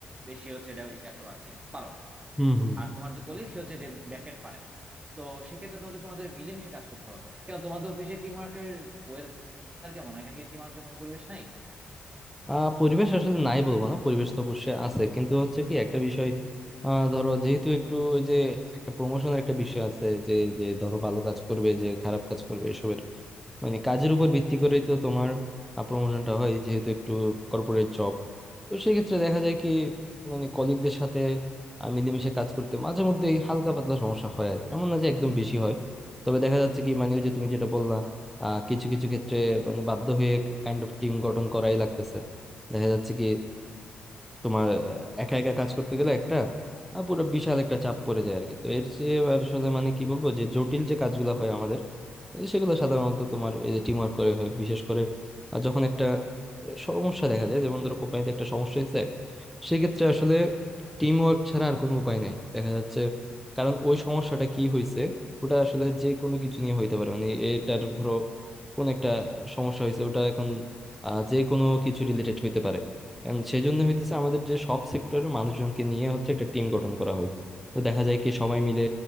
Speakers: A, on the right (about 25°); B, in the centre.
A: বেশি হচ্ছে এটা ইয়া করো আর কি পারো
B: হুম হুম।
A: আর
B: হুম।
A: তোমার যে কলিগ সে হচ্ছে ব্যাক এন্ড পারে তো সেক্ষেত্রে তো হচ্ছে তোমাদের মিলেমিশে কাজ করতে হবে কেন তোমাদের অফিসে টিম ওয়ার্কের ওয়েদার কেমন এখানে কি টিম ওয়ার্কের মতো পরিবেশ নাই
B: আহ পরিবেশ আসলে নাই বলবো না পরিবেশ তো অবশ্যই আছে কিন্তু হচ্ছে কি একটা বিষয় আহ ধরো যেহেতু একটু ওই যে একটা প্রমোশনের একটা বিষয় আছে যে যে ধরো ভালো কাজ করবে যে খারাপ কাজ করবে এসবের মানে কাজের উপর ভিত্তি করেই তো তোমার প্রমোশনটা হয় যেহেতু একটু কর্পোরেট জব তো সেই ক্ষেত্রে দেখা যায় কি মানে কলিগদের সাথে আহ, মিলেমিশে কাজ করতে মাঝে মধ্যে হালকা পাতলা সমস্যা হয় আর কি এমন না যে একদম বেশি হয় তবে দেখা যাচ্ছে কি মানে ওই যে তুমি যেটা বললা আহ কিছু কিছু ক্ষেত্রে মানে বাধ্য হয়ে কাইন্ড অফ টিম গঠন করাই লাগতেছে দেখা যাচ্ছে কি তোমার আহ, একা একা কাজ করতে গেলে একটা আহ, পুরো বিশাল একটা চাপ পড়ে যায় আর কি তো এর যে আসলে মানে কি বলবো যে জটিল যে কাজগুলো হয় আমাদের এই সেগুলো সাধারণত তোমার এই যে টিম ওয়ার্ক করে হয় বিশেষ করে আহ, যখন একটা সমস্যা দেখা যায় যেমন ধরো কোম্পানিতে একটা সমস্যা হয়েছে সেক্ষেত্রে আসলে টিম ওয়ার্ক ছাড়া আর কোনো উপায় নাই দেখা যাচ্ছে কারণ ওই সমস্যাটা কি হয়েছে ওটা আসলে যে কোনো কিছু নিয়ে হইতে পারে মানে এটার ধরো কোন একটা সমস্যা হয়েছে ওটা এখন আহ, যে কোনো কিছু রিলেটেড হইতে পারে And সেজন্য হইতেছে আমাদের যে সব সেক্টরের মানুষজনকে নিয়ে হচ্ছে একটা টিম গঠন করা হয় তো দেখা যায় কি সবাই মিলে